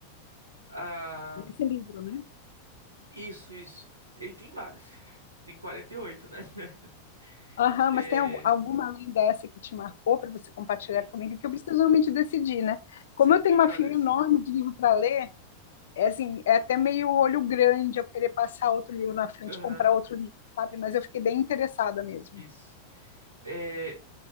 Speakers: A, on the right; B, on the left.
A: Ah,
B: Nesse livro, né?
A: isso, isso. Ele tem várias. Tem 48, né? <laughs>
B: Aham, mas
A: É,
B: tem al- alguma além dessa que te marcou para você compartilhar
A: tem,
B: comigo, que eu preciso realmente decidir, né? Como
A: sim,
B: eu
A: tem
B: tenho uma
A: várias.
B: fila enorme de livro para ler, é assim, é até meio olho grande eu querer passar outro livro na frente,
A: Aham,
B: comprar outro livro, sabe? Mas eu fiquei bem interessada mesmo.
A: isso. É,